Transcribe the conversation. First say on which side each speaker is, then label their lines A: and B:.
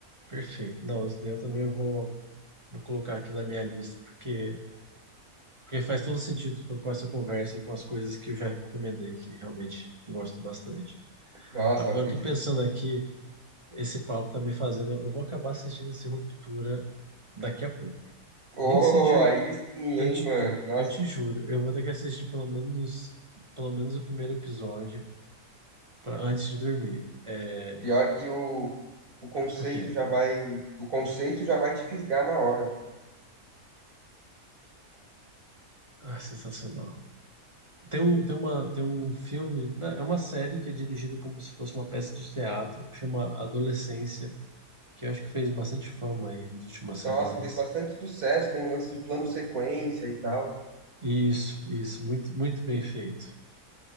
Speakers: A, on the right (about 20°); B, on the right (about 90°).
A: Perfeito. Não, isso daí eu também vou, vou colocar aqui na minha lista, porque, porque faz todo sentido com, com essa conversa e com as coisas que eu já recomendei, que realmente eu gosto bastante.
B: Nossa,
A: Agora,
B: eu acredito
A: eu tô pensando
B: que. <laughs>
A: aqui, esse papo tá me fazendo, eu vou acabar assistindo esse Ruptura daqui a pouco.
B: Oh,
A: Nem que seja,
B: aí sim,
A: eu
B: hein,
A: te,
B: mano. Nossa,
A: eu te juro, eu vou ter que assistir pelo menos, pelo menos o primeiro episódio para antes de dormir. É,
B: pior que o, o conceito
A: ok.
B: já vai, o conceito já vai te fisgar na hora.
A: Ah, sensacional. Tem um, tem uma, tem um filme, né, é uma série que é dirigida como se fosse uma peça de teatro, chama Adolescência, que eu acho que fez bastante fama aí nas últimas semanas.
B: Nossa, fez bastante sucesso, tem um lance de plano sequência e tal.
A: Isso, isso, muito, muito bem feito.